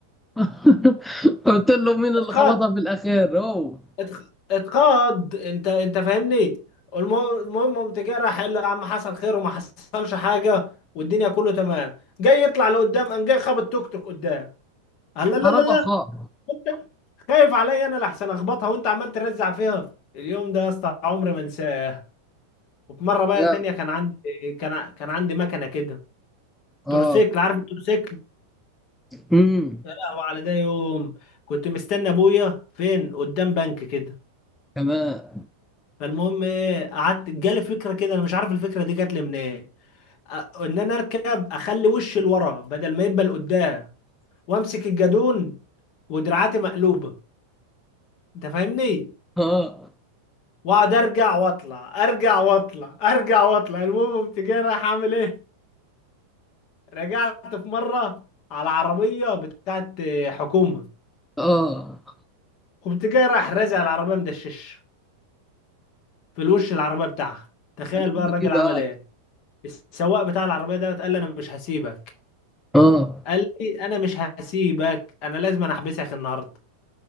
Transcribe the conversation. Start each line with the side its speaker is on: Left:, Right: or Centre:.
Centre: <laughs> قلت له مين اللي
Left: اتخبط
Centre: خبطها في الأخير هو
Left: اتخ- اتقاد انت انت فاهمني والم- المهم قمت جاي راح قال له يا عم حصل خير وما حصلش حاجه والدنيا كله تمام جاي يطلع لقدام قام جاي خبط توك توك قدام قال لا لا
Centre: خربها
Left: لا لا
Centre: خاب
Left: انت خايف عليا انا لحسن اخبطها وانت عمال ترزع فيها اليوم ده يا اسطى عمري ما انساه وفي مره بقى
Centre: اه
Left: تانية كان عندي كان ع- كان عندي مكنه كده
Centre: اه
Left: تروسيكل عارف التروسيكل
Centre: امم
Left: يا لهوي على ده يوم كنت مستني ابويا فين قدام بنك كده
Centre: تمام
Left: فالمهم ايه قعدت جالي فكره كده انا مش عارف الفكره دي جات لي منين أ- ان انا اركب اخلي وشي لورا بدل ما يبقى لقدام وامسك الجادون ودراعاتي مقلوبه انت فاهمني
Centre: اه
Left: واقعد ارجع واطلع ارجع واطلع ارجع واطلع المهم كنت جاي رايح اعمل ايه رجعت في مره على عربيه بتاعت حكومه
Centre: اه
Left: كنت جاي رايح رازع العربيه مدشش في الوش العربيه بتاعها تخيل
Centre: عملوا
Left: بقى الراجل
Centre: لك ايه بقى
Left: عمل ايه السواق بتاع العربيه ده قال لي انا مش هسيبك
Centre: اه
Left: قال لي انا مش هسيبك انا لازم أنا احبسك النهارده